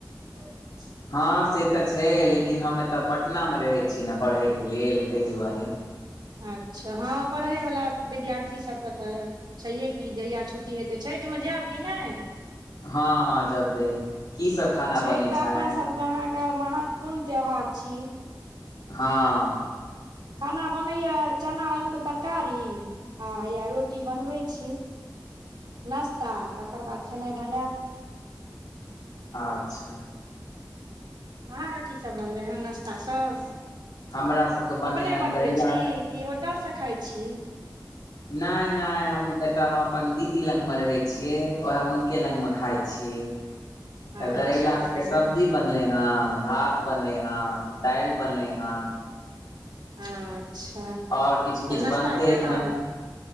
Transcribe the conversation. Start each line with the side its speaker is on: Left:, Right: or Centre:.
Right: <inaudible>
Left: हँ से तऽ छै लेकिन हम एतय पटनामे रहैत छिए ने पढ़ैके लेल ताहि दुआरे
Right: अच्छ हँ पढ़ैवला विद्यार्थी सभके तऽ छैहे कि जहिया छुट्टी हेतै छैठमे जायब कि नहि
Left: हँ हँ जबै की सब खाना
Right: छठि
Left: बनै
Right: तऽ
Left: छैे
Right: अपन सभके अहाँके महत्वपूर्ण त्यौहार छी
Left: हँ
Right: खाना बनैया चना आलू के तरकारी आ हैा रोटी बनबैत छी नाश्ता तकर बाद खेनाइ बनायब
Left: अच्छ
Right: अहाँके की सब बनलै हँ नाश्ता सब <unintelligible>
Left: हमरा सबके बनलै
Right: अपने
Left: हेँ
Right: बनबै
Left: करैला
Right: छी की होटल से खाए छी
Left: नहि नहि हम एतय हम अपन दीदी लगमे रहै छियै ओएह हु हिनके लग मे खााय छियै
Right: अच्छा
Left: तऽ करैला के सब्जी बनले ह भात बनले हँ दाल बनलै हे
Right: अच्छ
Left: आओर किछु
Right: तऽ
Left: किछु
Right: नाश्ता
Left: बनतै
Right: केलहुँ
Left: एखन